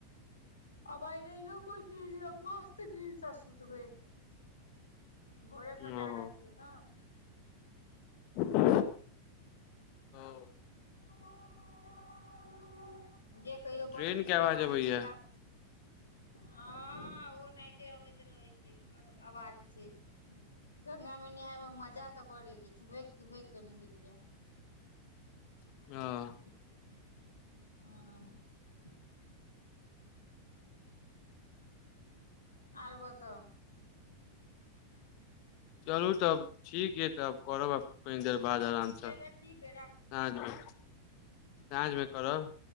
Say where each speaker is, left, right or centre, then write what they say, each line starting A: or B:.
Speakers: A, on the left; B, on the left.
A: आब आइ नहियो पोछलियै मस्त निंद सऽ सुतबै भोरे सँ
B: ओ
A: जागल छियै न
B: <unintelligible>
A: <unintelligible> जे कहियौ
B: ट्रेन
A: बड़ी दिनके
B: के आवाज
A: बाद
B: अबैया
A: गंगामे। हँ ओ अहनाईते अबैत रहै छै ओकर आवाज छै। गंगा मे नहााय मे मजा तऽ बडड़ एले चुभक चुभक के नहेलियै।
B: अऽ
A: हू और बताऊ
B: चलू तब ठीक यइ तब करबब कनि देर बाद
A: ठीक
B: आरामसँ।
A: अइ तऽ ठीक अइ राखू
B: साँझमे साँझमे करब।